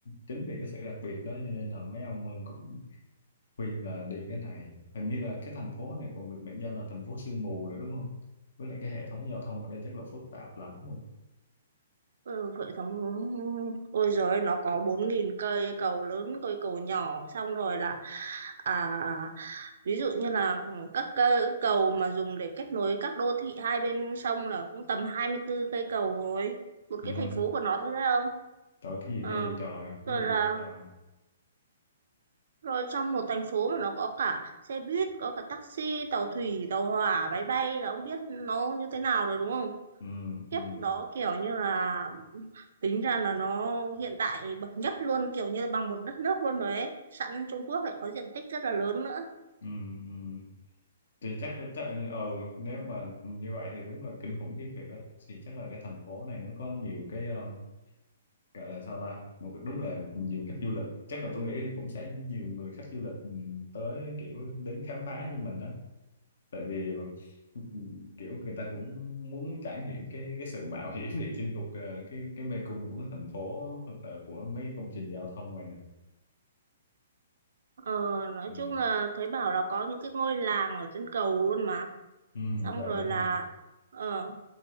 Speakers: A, on the left; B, on the right.
A: chính vì cái sự đặc biệt đó cho nên là mấy ông ờ, cũng khuyên là đi cái này hình như là cái thành phố này còn được mệnh danh là thành phố sương mù nữa đúng không với lại cái hệ thống giao thông ở đây chắc là phức tạp lắm luôn
B: Ừ, cội sống ôi rồi nó có 4.000 cây cầu lớn cây cầu nhỏ xong rồi là à ví dụ như là các cây cầu mà dùng để kết nối các đô thị hai bên sông là cũng tầm 24 cây cầu rồi một
A: ừ
B: cái thành phố của nó thôi đấy không
A: trời cái gì
B: Ờ.
A: ghê vậy trời cái
B: rồi
A: gì
B: là
A: ghê vậy trời
B: rồi trong một thành phố mà nó có cả xe buýt có cả taxi tàu thủy tàu hỏa máy bay là ông biết nó như thế nào rồi đúng không
A: ừ
B: kiếp
A: ừ
B: đó kiểu như là tính ra là nó hiện đại bậc nhất luôn kiểu như bằng một đất nước luôn rồi ấy sẵn Trung Quốc lại có diện tích rất là lớn nữa
A: ừ ừ thì chắc chắc ừ nếu mà như vậy thì đúng là kinh khủng khiếp thiệt á thì chắc là cái thành phố này nó có nhiều cái ờ, gọi là sao ta một cái- đúng là nhiều khách du lịch chắc là tôi nghĩ cũng sẽ nhiều người khách du lịch ừ, tới kiểu đến khám phá như mình đó tại vì ừ, kiểu người ta cũng muốn trải nghiệm cái cái sự mạo hiểm để chinh phục ờ, cái cái mê cung của cái thành phố hoặc là của mấy cái công trình giao thông này nè
B: ờ, nói
A: ừ.
B: chung là thấy bảo là có những cái ngôi làng ở trên cầu luôn mà
A: ừ
B: xong
A: vậy
B: rồi
A: đúng
B: là
A: không
B: ờ,